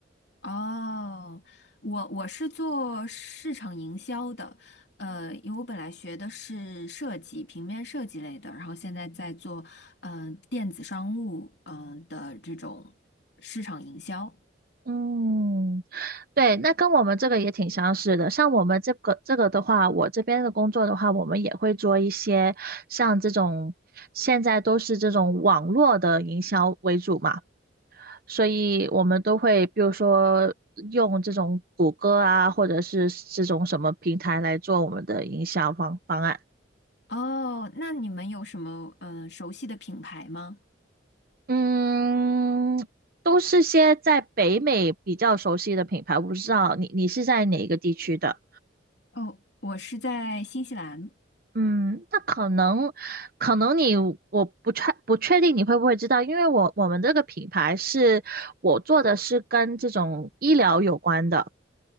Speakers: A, on the left (about 60°); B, on the right (about 50°).
A: 哦，我我是做市场营销的，呃，因为我本来学的是设计，平面设计类的，然后现在在做嗯、呃电子商务嗯、呃的这种市场营销。
B: 嗯，对，那跟我们这个也挺相似的。像我们这个这个的话，我这边的工作的话，我们也会做一些像这种，现在都是这种网络的营销为主嘛，所以我们都会比如说用这种谷歌啊，或者是这种什么平台来做我们的营销方方案。
A: 哦，那你们有什么嗯、呃熟悉的品牌吗？
B: 嗯，都是些在北美比较熟悉的品牌，我不知道你你是在哪一个地区的。
A: 哦，我是在新西兰。
B: 嗯，那可能，可能你我不确不确定你会不会知道，因为我我们这个品牌是我做的是跟这种医疗有关的。